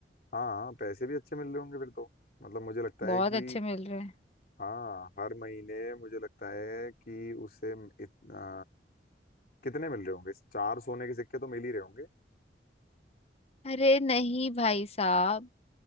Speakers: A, on the left; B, on the left.
A: हाँ हाँ, पैसे भी अच्छे मिल रहे होंगे फिर तो मतलब मुझे लगता
B: बहुत
A: है कि
B: अच्छे मिल रहे हैं
A: हाँ हर महीने मुझे लगता है कि उसे इतना कितने मिल रहे होंगे चार सोने के सिक्के तो मिल ही रहे होंगे
B: अरे नहीं भाई साहब